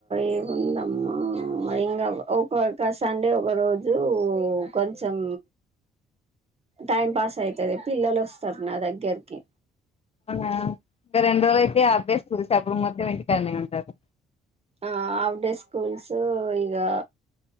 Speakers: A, on the right; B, on the left.
A: ఏముందమ్మా ఇంకా ఒక్కక్క సండే ఒక రోజు కొంచెం టైం పాస్ అయితది పిల్లలు వస్తారు నా దగ్గరికి
B: ఇంకా రెండు రోజులు అయితే అభేస్ చూసి అప్పుడు మొత్తం ఇంటికన్నే ఉంటారు
A: ఆ ఆఫ్ డే స్కూల్స్ ఇగా